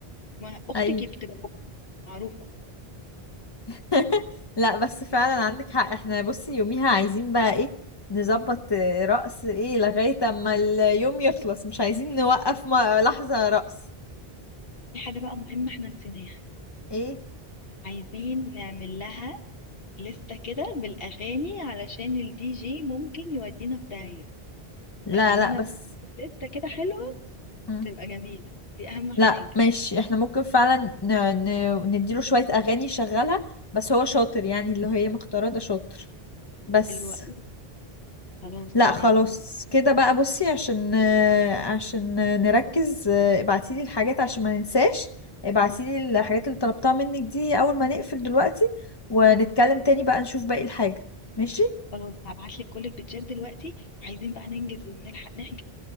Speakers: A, on the left (about 65°); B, on the left (about 25°).
A: ما اختك
B: ايوه
A: بتبقى معروفه
B: <laughs> لا بس فعلا عندك حق احنا بصي يوميها عايزين بقى ايه نظبط آه، رقص ايه لغاية اما اليوم يخلص مش عايزين نوقف م- لحظة رقص
A: في حاجه بقى مهمه احنا نسيناها
B: ايه
A: عايزين نعمل لها لستة كده بالأغاني علشان الدي جي ممكن يودينا في داهية
B: لا
A: فخلينا
B: لا بس
A: لستة كده حلوة
B: مم.
A: تبقى جميلة دي أهم حاجة
B: لا ماشي احنا ممكن فعلا ن... ن... نديله شوية أغاني يشغلها بس هو شاطر يعني اللي هي مختارة ده شاطر بس
A: الوقت خلاص
B: لا
A: تمام
B: خلاص كده بقى بصي عشان عشان نركز ابعتيلي الحاجات عشان ما ننساش ابعتيلي الحاجات اللي طلبتها منك دي أول ما نقفل دلوقتي ونتكلم تاني بقى نشوف باقي الحاجة ماشي
A: خلاص هبعت لك كل البيتزات دلوقتي عايزين بقى ننجز ونلحق نحجز